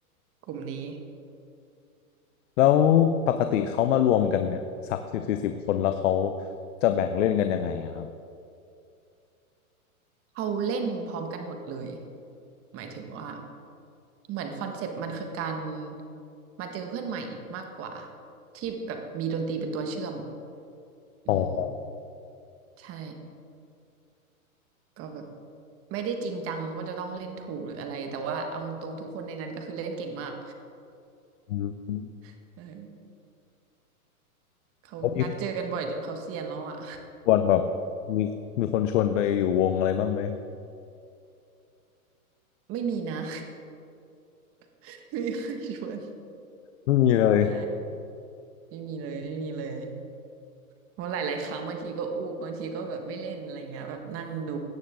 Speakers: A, on the right; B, on the left.
A: กลุ่มนี้
B: แล้วปกติเขามารวมกันเนี่ยสักสิบสี่สิบคนแล้วเขาจะแบ่งเล่นกันยังไงอะครับ
A: เขาเล่นพร้อมกันหมดเลยหมายถึงว่าเหมือนคอนเซปต์มันคือการมาเจอเพื่อนใหม่มากกว่าที่แบบมีดนตรีเป็นตัวเชื่อมอืม
B: อ๋อ
A: ใช่ก็แบบไม่ได้จริงจังว่าจะต้องเล่นถูกหรืออะไรแต่ว่าเอาตรงทุกคนในนั้นก็คือเล่นเก่งมาก
B: อืม
A: <laughs> เออเขานัดเจอกันบ่อยจนเขาเซียนแล้วอ่ะ
B: แล้วมีชวนแบบมีมีคนชวนไปอยู่วงอะไรบ้างไหม
A: ไม่มีนะ <laughs> ไม่มีใครชวน
B: ไม่มีเลย
A: ใช่ไม่มีเลยไม่มีเลยเพราะหลายๆครั้งบางทีก็อูบบางทีก็แบบไม่เล่นอะไรเงี้ยแบบนั่งดู